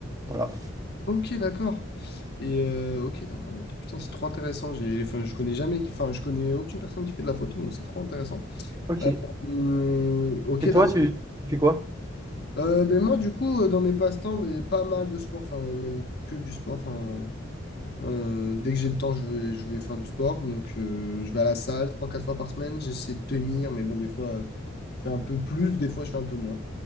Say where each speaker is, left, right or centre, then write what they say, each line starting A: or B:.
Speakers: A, on the right; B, on the left.
A: voilà.
B: Ok, d'accord. Et euh, ok, d'accord, mais putain, c'est trop intéressant. J'ai, enfin, je connais jamais, qui- enfin, je connais aucune personne qui fait de la photo, donc c'est trop intéressant.
A: Ok.
B: Euh, hum, ok,
A: Et
B: d'accord.
A: toi, tu, tu fais quoi?
B: Euh, ben moi, du coup, euh, dans mes passe-temps, ben, pas mal de sport, enfin, même que du sport. Enfin, euh, dès que j'ai le temps, je vais, je vais faire du sport. Donc, euh, je vais à la salle trois quatre fois par semaine. J'essaie de tenir, mais bon, des fois, euh, je fais un peu plus, des fois, je fais un peu moins.